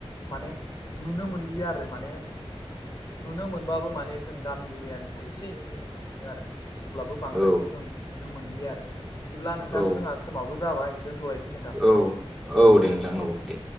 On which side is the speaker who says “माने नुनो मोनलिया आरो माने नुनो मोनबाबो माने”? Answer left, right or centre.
Left